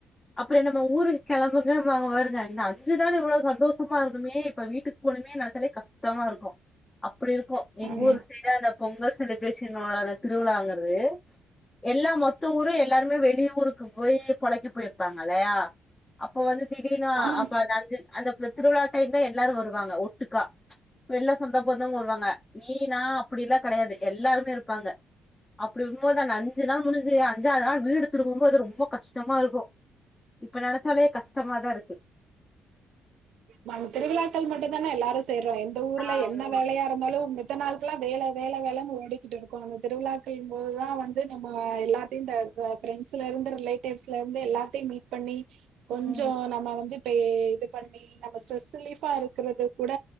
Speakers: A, on the left (about 20°); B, on the right (about 80°).
A: அப்றோ நம்ம ஊருக்கு கெளம்புங்க <unintelligible> பாருங்க இந்த அஞ்சு நாளு இவ்ளோ சந்தோஷமாருந்தோமே இப்ப வீட்டுக் போனுமே நெனச்சாலே கஷ்டமாருக்கு அப்படியிருக்கு எங்கூர்
B: ஆமா
A: சைடு அந்த பொங்கல் செலிப்ரேஷனோடா அத திருவிழாங்கறது எல்லா மொத்த ஊரு எல்லாருமே வெளிய ஊருக்கு போயி பொழைக்க போயிருப்பாங்கல்லயா அப்போ வந்து திடீர்னு
B: ஆமாங்க
A: அப்ப
B: சிஸ்
A: அந்த அஞ்சு அந்த ப் திருவிழா டைம் தா எல்லாரு வருவாங்க ஒட்டுக்கா எல்லா சொந்த பந்தவங்வருவாங்க நீ நா அப்டில்லா கெடயாது எல்லாருமே இருப்பாங்க அப்டிருக்கும்போது அந்த அஞ்சி நாள் முடிஞ்சு அஞ்சாவது நாள் வீடு திரும்பும்போது ரொம்போ கஷ் கஷ்டமாருக்கு இப்ப நெனச்சாலே கஷ்டமாதாருக்கு
B: மன் திருவிழா டைம் மட்டுந்தானே எல்லாரு சேர்றோ எந்த ஊர்ல
A: ஆமா
B: என்ன வேலையா இருந்தாலு மித்த நாள்க்கல்லா வேல வேல வேலன் ஓடிக்கிட்டுருக்கோ அந்த திருவிழாக்கள்ம்போது தா வந்து நம்மோ எல்லா திந்த ப ஃப்ரெண்ட்ஸ்லருந்து ரிலேட்டிவ்ஸ்லந்து எல்லாத்தயும் மீட் பண்ணி கொஞ்சோ
A: ம்
B: நம்ம வந்து இப்ப இது பண்ணி நம்ப ஸ்ட்ரெஸ் ரிலீஃபாருக்கறது கூட